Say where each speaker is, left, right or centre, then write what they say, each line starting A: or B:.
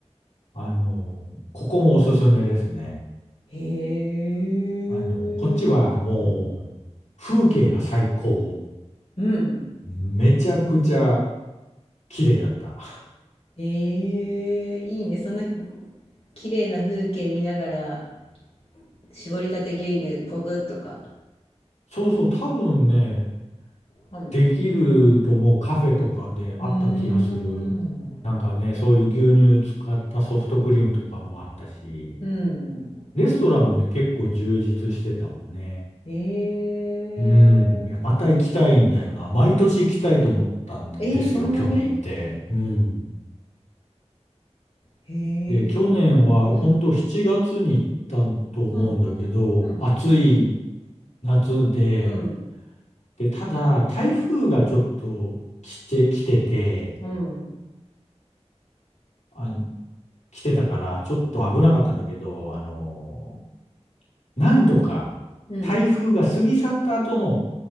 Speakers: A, on the left; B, on the left.
A: あのーここもおすすめですね。
B: へ
A: あのこっちはもう、
B: え。うん。
A: 風景が最高。
B: うん。
A: めちゃくちゃ綺麗だった。
B: ええ、いいね。そんな綺麗な風景見ながら、絞りたて牛乳ゴくッとか。
A: そうそう、多分ね、
B: あんのか。
A: できると思うカフェとかであった気がする。
B: うーん。
A: なんかね、そういう牛乳使ったソフトクリームとかもあったし、
B: うん。
A: レストランもね、結構充実してたもんね。
B: ええ
A: うん。いや、また行きたいんだよな。毎年行きたいと思ったんですよ、
B: ええそんなに
A: 去年行って。うん。
B: へえ。
A: で、去年は本当7月に行ったと思うんだけど、
B: うん。うん。うん。
A: 暑い夏で、
B: うん。
A: で、ただ、台風がちょっと来て、来てて、
B: うん。
A: あ、来てたから、ちょっと危なかったんだけど、あのーなんとか台風が過ぎ去った後の
B: うん。